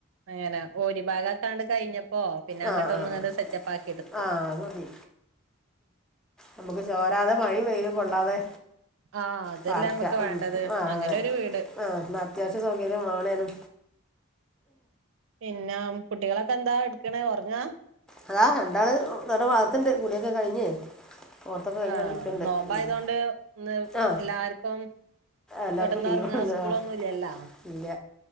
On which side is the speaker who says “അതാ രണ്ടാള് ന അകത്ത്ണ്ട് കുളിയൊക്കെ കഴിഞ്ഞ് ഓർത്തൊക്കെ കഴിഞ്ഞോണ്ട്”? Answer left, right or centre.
Centre